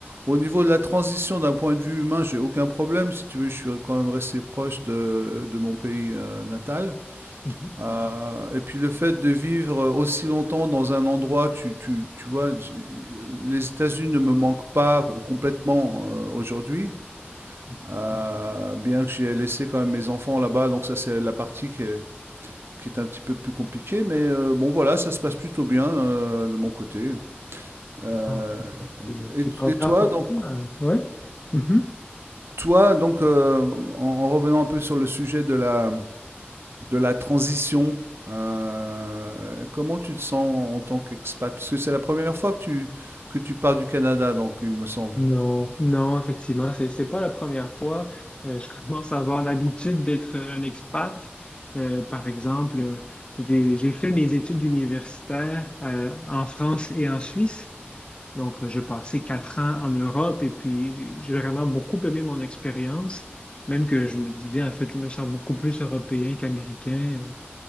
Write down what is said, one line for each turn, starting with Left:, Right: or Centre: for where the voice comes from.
Right: Au niveau de la transition d'un point de vue humain, j'ai aucun problème. Si tu veux, je suis quand même resté proche de, de mon pays euh, natal.
Left: mhm,
Right: Euh, et puis le fait de vivre aussi longtemps dans un endroit, tu, tu, tu vois, j'ai- les États-Unis ne me manquent pas complètement euh, aujourd'hui,
Left: mhm,
Right: Euh, bien que j'ai laissé quand même mes enfants là-bas, donc ça c'est la partie qui est, qui est un petit peu plus compliquée, mais euh, bon voilà, ça se passe plutôt bien euh, de mon côté. Euh,
Left: mhm. des
Right: et,
Left: trucs comme-
Right: et toi,
Left: importants.
Right: donc,
Left: hein. Ouais. Mhm.
Right: toi, donc euh, en, en revenant un peu sur le sujet de la, de la transition. euh, comment tu te sens en tant qu'expat? Parce que c'est la première fois que tu, que tu pars du Canada, donc il me semble.
Left: Non, non, effectivement, c'est c'est pas la première fois. Euh, je commence à avoir l'habitude d'être un expat. Euh, par exemple, euh, j'ai j'ai fait mes études universitaires euh, en France et en Suisse. Donc, euh, j'ai passé quatre ans en Europe et puis j'ai j'ai vraiment beaucoup aimé mon expérience, même que je me disais, en fait, je me sens beaucoup plus européen qu'américain. euh,